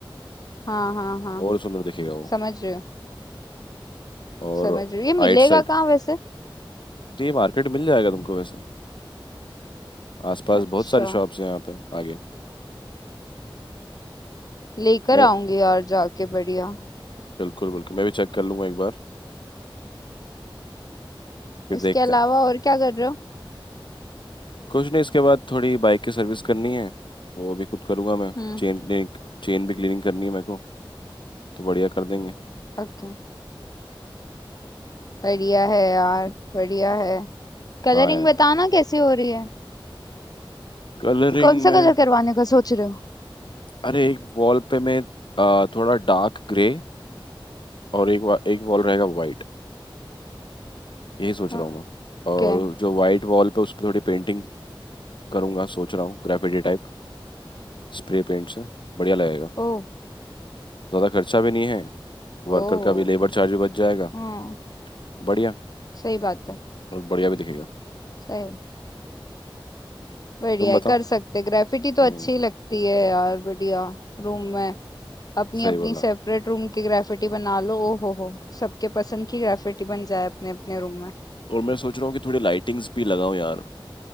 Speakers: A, on the left (about 45°); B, on the left (about 65°).
A: हाँ हाँ हाँ
B: और सुंदर दिखेगा वो
A: समझ रही हूँ
B: और
A: समझ रही हूँ ये मिलेगा
B: आइट साइड
A: कहाँ वैसे
B: तो ये मार्केट मिल जाएगा तुमको वैसे आसपास
A: अच्छा
B: बहुत सारी शॉप्स हैं यहाँ पे आगे
A: लेकर
B: मैं
A: आऊंगी यार जाके बढ़िया
B: बिल्कुल बिल्कुल मैं भी चेक कर लूंगा एक बार फिर
A: इसके
B: देखते
A: अलावा
B: हैं
A: और क्या कर रहे हो
B: कुछ नहीं इसके बाद थोड़ी बाइक की सर्विस करनी है वो भी खुद करूंगा मैं
A: हम्म
B: चेन क्लीनिंग चेन भी क्लीनिंग करनी है मेरे को तो बढ़िया कर देंगे
A: ओके बढ़िया है यार बढ़िया है कलरिंग
B: हाँ यार
A: बताना कैसे हो रही है
B: कलरिंग
A: कौन सा
B: में
A: कलर करवाने का सोच रहे हो
B: अरे एक वॉल पे मैं आ, थोड़ा डार्क ग्रे और एक वा, एक वॉल रहेगा वाइट यही सोच रहा
A: ओके
B: हूँ मैं और जो वाइट वॉल पे उस पर थोड़ी पेंटिंग करूंगा सोच रहा हूँ ग्रेफिटी टाइप स्प्रे पेंट से बढ़िया लगेगा
A: ओ
B: ज़्यादा खर्चा भी नहीं है वर्कर
A: ओ
B: का भी लेबर चार्ज भी बच जाएगा
A: हाँ
B: बढ़िया
A: सही बात है
B: और बढ़िया भी दिखेगा
A: सही बढ़िया
B: तुम बताओ
A: है कर सकते ग्रेफिटी तो
B: हम्म
A: अच्छी लगती है यार बढ़िया रूम में अपनी
B: सही
A: अपनी
B: बोला
A: सेपरेट रूम की ग्रेफिटी बना लो ओ हो हो सबके पसंद की ग्रेफिटी बन जाए अपने अपने रूम में
B: और मैं सोच रहा हूँ कि थोड़ी लाइटिंग्स भी लगाऊं यार